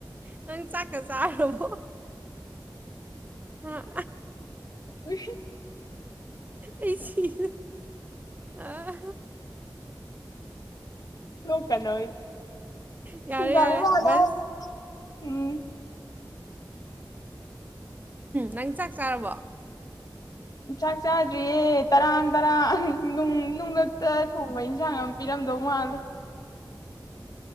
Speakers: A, on the right; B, on the left.
A: ꯅꯪ ꯆꯥꯛꯀꯥ ꯆꯥꯔꯕꯣ ꯑꯥ
B: <unintelligible>
A: ꯑꯩ ꯁꯤꯔꯦ ꯑꯥ
B: ꯅꯣꯛꯇꯥ ꯅꯣꯛꯏ
A: ꯌꯥꯔꯦ
B: ꯐꯤ ꯁꯥꯕꯩ
A: ꯌꯥꯔꯦ
B: ꯋꯥ <unintelligible>
A: ꯕꯁ
B: ꯎꯝ
A: ꯅꯪ ꯆꯥꯛ ꯆꯥꯔꯕꯣ
B: ꯏꯆꯥꯛ ꯆꯥꯗ꯭ꯔꯤꯌꯦ ꯇꯔꯥꯡ ꯇꯔꯥꯡ ꯅꯨꯡ ꯅꯨꯡꯂꯛꯇꯥ ꯊꯣꯡꯕꯩꯅꯤ ꯏꯟꯁꯥꯡ ꯑꯃ ꯄꯤꯔꯝꯗꯧ ꯃꯥꯜꯂꯦ